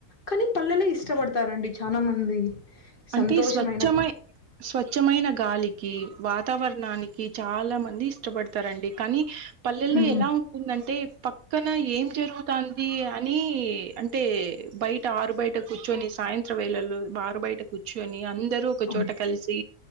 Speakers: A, on the left (about 40°); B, on the right (about 70°).
A: కానీ పల్లె లే ఇష్టపడతారండి చాలా మంది
B: అంటే
A: సంతోషమైన
B: స్వచ్ఛమై స్వచ్ఛమైన గాలికి వాతావరణానికి చాలా మంది ఇష్టపడతారండి కానీ పల్లెల్లో
A: ఉమ్
B: ఎలా ఉంటుందంటే పక్కన ఏం జరుగుతుంది అ ని అంటే బయట ఆరు బయట కూర్చొని సాయంత్రం వేళలో ఆరు బయటకు కూర్చుని అందరు ఒకచోట
A: అవును
B: కలిసి